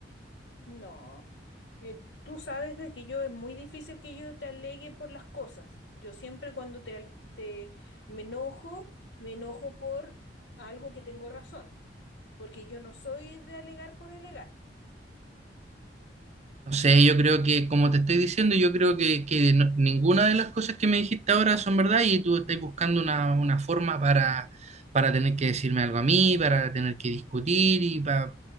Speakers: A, on the left; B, on the right.
A: No, eh, tú sabes de que yo es muy difícil que yo te alegue por las cosas. Yo siempre cuando te, al- te me enojo, me enojo por algo que tengo razón, porque yo no soy de alegar por alegar.
B: No sé, yo creo que, como te estoy diciendo, yo creo que, que no- ninguna de las cosas que me dijiste ahora son verdad y tú estás buscando una, una forma para, para tener que decirme algo a mí, para tener que discutir y para